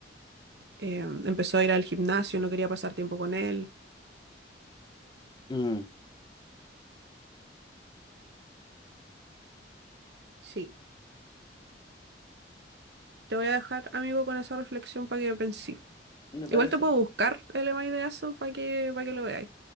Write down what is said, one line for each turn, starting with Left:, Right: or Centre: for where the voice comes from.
Right: eh, empezó a ir al gimnasio, no quería pasar tiempo con él.
Left: Mm,
Right: Sí, te voy a dejar, amigo, con esa reflexión para que penses.
Left: Me parece
Right: Igual te puedo buscar el email de eso para que, para que lo veáis.